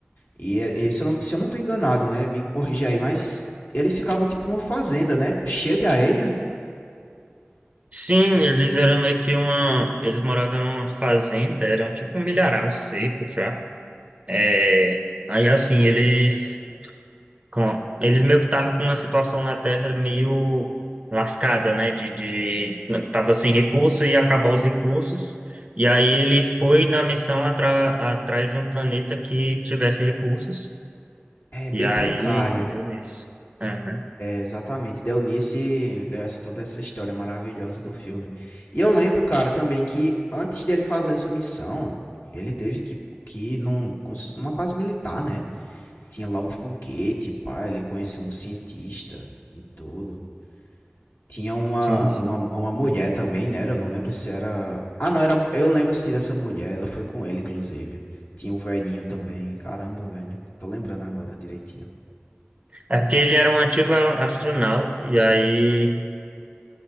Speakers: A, on the left (about 50°); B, on the right (about 35°).
A: E, é- e se eu não, se eu não tô enganado, né, me corrigir aí, mas eles ficavam tipo numa fazenda, né, cheia de areia,
B: Sim, eles eram meio que uma, eles moravam numa fazenda, eram tipo um milharal seco já. É, Aí assim, eles com- eles meio que estavam com uma situação na Terra meio lascada, né? De, de tava sem recurso e ia acabar os recursos. E aí ele foi na missão atra- atrás de um planeta que tivesse recursos.
A: é bem
B: E aí
A: precário.
B: deu nisso. Aham.
A: Exatamente, Dionísio deu essa, toda essa história maravilhosa do filme. E eu lembro, cara, também que antes dele fazer essa missão, ele teve que, que ir num, como se fosse numa base militar, né? Tinha lá um foguete, pá, ele conheceu um cientista e tudo. Tinha uma,
B: Sim, sim.
A: uma, uma mulher também, né? Eu não lembro se era. Ah, não, era. Eu lembro sim dessa mulher, ela foi com ele, inclusive. Tinha o velhinho também, caramba, velho. Tô lembrando agora direitinho.
B: É porque ele era um antigo astronauta, e aí